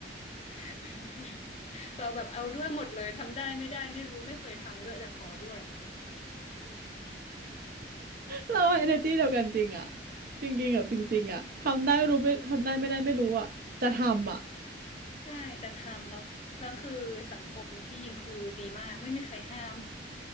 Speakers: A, on the left (about 35°); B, on the right (about 55°).
A: <laughs> เราแบบเอาด้วยหมดเลยทำได้ไม่ได้ไม่รู้ไม่เคยทำด้วยแต่ขอด้วย
B: เราเอเนอร์จีเดียวกันจริงอะจริงๆกับจริงๆอะทำได้ไม่รู้ไม่ทำได้ไม่ได้ไม่รู้อะจะทำอะ
A: ใช่จะทำแล้วแล้วคือสังคมที่ยิมคือดีมากไม่มีใครห้าม